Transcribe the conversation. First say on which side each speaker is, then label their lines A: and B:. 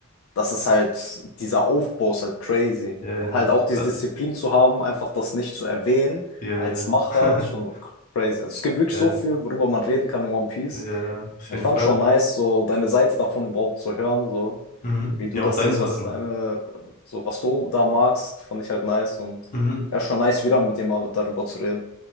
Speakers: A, on the left; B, on the left.
A: Das ist halt, dieser Aufbau ist halt crazy.
B: ja,
A: Und
B: ja,
A: halt auch diese
B: Da-
A: Disziplin zu haben, einfach das nicht zu erwähnen
B: ja.
A: als Macher,
B: ja. <laughs>
A: ist schon crazy. Also es gibt wirklich
B: Ja,
A: so viel, worüber man reden kann in One Piece.
B: ja, ja, auf
A: Ich
B: jeden
A: fand
B: Fall.
A: schon nice, so deine Seite davon überhaupt zu hören, so
B: Mhm.
A: wie du
B: Ja,
A: das
B: auch deine
A: siehst,
B: Sachen.
A: was deine, so was du da magst, fand ich halt nice und
B: Mhm.
A: ja, schon nice wieder mit dir mal darüber zu reden.